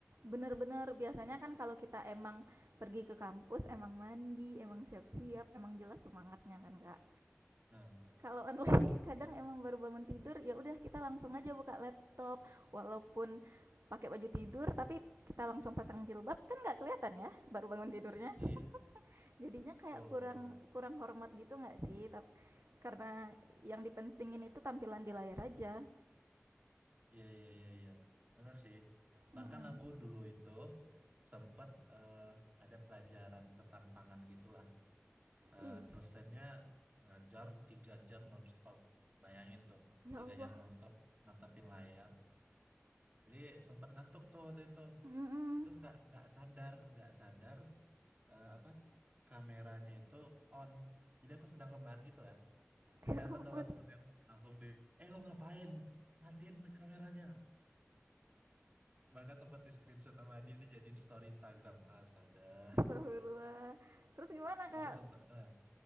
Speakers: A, on the right (about 65°); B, on the right (about 30°).
A: bener-bener biasanya kan kalau kita emang pergi ke kampus, emang mandi, emang siap-siap, emang jelas semangatnya kan, Kak.
B: Nah,
A: Kalau online <laughs> nih kadang emang baru bangun tidur, ya udah kita langsung aja buka laptop walaupun pakai baju tidur, tapi kita langsung pasang jilbab kan nggak kelihatan ya baru bangun tidurnya.
B: iya,
A: Jadinya kayak
B: betul
A: kurang
B: betul.
A: kurang hormat gitu nggak sih? Tap karena yang dipentingin itu tampilan di layar aja.
B: Iya, iya, iya, iya. Benar sih.
A: Mhm.
B: Bahkan aku dulu itu sempat eh, ada pelajaran tentang pangan gitulah. Eh,
A: Iya.
B: dosennya ngajar tiga jam nonstop. Bayangin tuh,
A: Ya
B: tiga
A: Allah.
B: jam nonstop natapin layar. Jadi sempat ngantuk tuh waktu itu.
A: Mhm.
B: Terus nggak nggak sadar, nggak sadar eh, apa kameranya itu on. Jadi aku sedang rebahan gitu kan.
A: <laughs>
B: Kelihatan
A: Ya ampun.
B: dong teman kan langsung di, eh lo ngapain? Matiin kameranya. Bahkan sempat di screenshot sama dia dijadiin story Instagram. Astaga,
A: Astagfirullah. Terus gimana,
B: <laughs>
A: Kak?
B: itu sempat. ah.